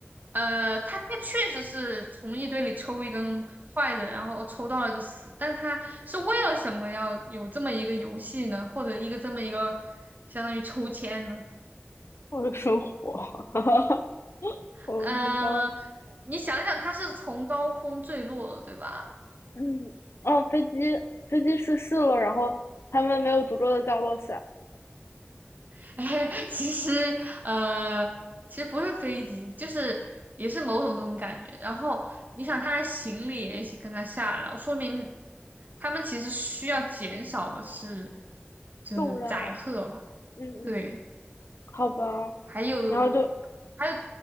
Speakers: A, on the right; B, on the left.
A: 呃，他他确实是从一堆里抽一根坏的，然后抽到了就死。但他是为了什么要有这么一个游戏呢？或者一个这么一个相当于抽签呢？
B: 或者生火，<laughs> 我不知道。
A: 嗯、你想想，它是从高空坠落了，对吧？
B: 嗯，哦，飞机飞机失事了，然后他们没有足够的降落伞，
A: <laughs> 哎，其实，呃，其实不是飞机，就是也是某种这种感觉。然后你想，他的行李也一起跟他下来了，说明他们其实需要减少的是就是载荷吧？
B: 重量，嗯嗯，
A: 对，
B: 好吧，
A: 还有还有
B: 然后就